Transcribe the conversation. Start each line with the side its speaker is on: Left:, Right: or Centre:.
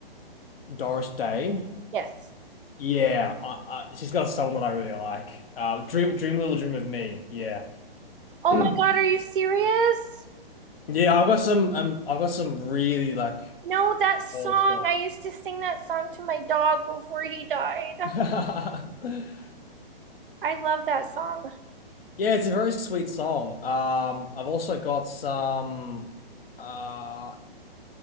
Left: Doris Day?
Right: Yes.
Left: Yeah, I, I, she's got a song that I really like. Uh, Dream, Dream a Little Dream of Me. Yeah.
Right: Oh my
Left: <clears throat>
Right: God, are you serious?
Left: Yeah, I've got some um I've got some really like
Right: No, that song.
Left: old stuff.
Right: I used to sing that song to my dog before he died.
Left: <laughs>
Right: I love that song.
Left: Yeah, it's a very sweet song. Um I've also got some uh